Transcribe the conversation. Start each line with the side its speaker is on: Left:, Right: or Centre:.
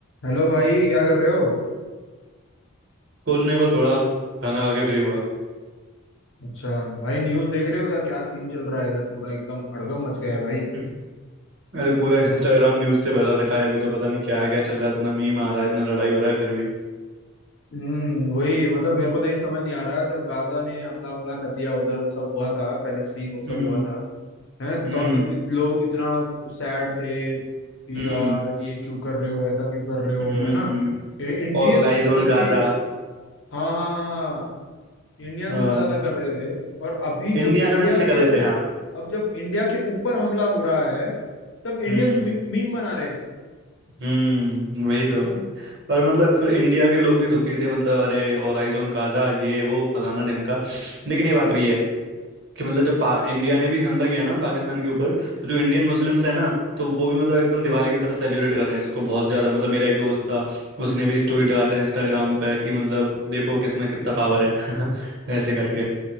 Left: Hello भाई क्या कर रहे हो
Right: कुछ नहीं बस थोड़ा खाना खा के फ्री हुआ
Left: अच्छा भाई न्यूज़ देख रहे हो क्या क्या सीन चल रहा है इधर पूरा एकदम भड़कम मच गया है भाई
Right: हम्म। अरे पूरा इंस्टाग्राम न्यूज से भरा रखा है अभी तो पता नहीं क्या क्या चल रहा है इतना मीम आ रहा है इतना लड़ाई हो रहा है फिर भी
Left: हम्म वही मतलब मेरे को तो ये समझ नहीं आ रहा जब गाजा ने हमला हमला कर दिया उधर वो सब हुआ था पैलेस्टीन वो सब
Right: हम्म
Left: हुआ था हैं
Right: हम्म
Left: तब इत, लोग इतना सैड थे कि
Right: हम्म
Left: यार ये क्यों कर रहे हो ऐसा क्यों कर रहे हो
Right: हम्म
Left: है ना इंडियंस
Right: All eyes
Left: बल्कि
Right: on Gaza
Left: हाँ हाँ हाँ हाँ इंडियंस
Right: हाँ
Left: इतना ज्यादा कर रहे थे और अभी
Right: इंडिया
Left: जब इंडिया
Right: में से
Left: के
Right: कर रहे
Left: ऊ-
Right: थे हाँ
Left: अब जब इंडिया के ऊपर हमला हो रहा है तब इंडियंस
Right: हम्म
Left: मी, मीम बना रहे हैं
Right: हम्म वही तो
Left: हाँ
Right: पर मतलब फिर इंडिया के लोग भी दुखी थे मतलब अरे ऑल आइज ऑन गाजा ये वो फलाना ढिमका लेकिन ये बात भी है कि मतलब जब पा- इंडिया ने भी हमला किया ना पाकिस्तान के ऊपर तो जो इंडियन मुस्लिम्स हैं ना तो वो भी मतलब एकदम दिवाली की तरह सेलिब्रेट कर रहे हैं उसको बहुत ज्यादा मतलब मेरा एक दोस्त था उसने भी स्टोरी लगाया था इंस्टाग्राम पे कि मतलब देखो किसमें कितना पावर है <laughs> ऐसे करके